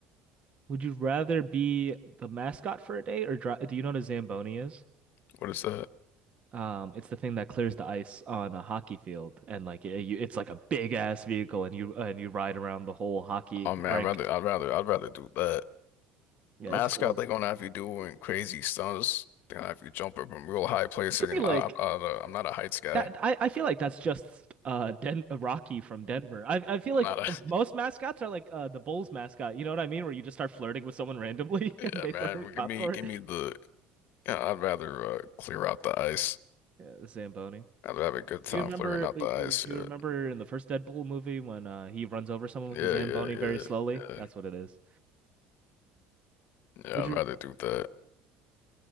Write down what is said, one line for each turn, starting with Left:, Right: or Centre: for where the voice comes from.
Right: Would you rather be the mascot for a day or dri do you know what a Zamboni is?
Left: What is that?
Right: Um, it's the thing that clears the ice on a hockey field and like it, you, it's like a big ass vehicle and you and you ride around the whole hockey
Left: Oh man,
Right: rink.
Left: I'd rather, I'd rather, I'd rather do that.
Right: Yeah,
Left: Mascot,
Right: it's cool.
Left: they're gonna have you doing crazy stunts. They're gonna have you jumping from real high places.
Right: You could be
Left: You know,
Right: like
Left: I, I'm not a, I'm not a heights guy.
Right: that.
Left: I'm
Right: I, I feel like that's just uh Den uh, Rocky from Denver. I I feel like
Left: not a,
Right: most mascots are like uh the Bulls mascot. You know what I mean? Where you just start flirting with someone randomly
Left: <laughs>
Right: <laughs>
Left: yeah,
Right: and they
Left: man.
Right: throw
Left: Give
Right: popcorn.
Left: me, give me the. yeah, I'd rather uh, clear out the ice.
Right: Yeah, the Zamboni.
Left: I'd have a good time
Right: Do you remember?
Left: clearing out the ice.
Right: or Do you
Left: Yeah,
Right: remember in the first Deadpool movie when uh, he runs over someone with
Left: yeah,
Right: his Zamboni
Left: yeah,
Right: very
Left: yeah,
Right: slowly?
Left: yeah.
Right: That's what it is.
Left: Yeah,
Right: Would
Left: I'd
Right: you?
Left: rather do that.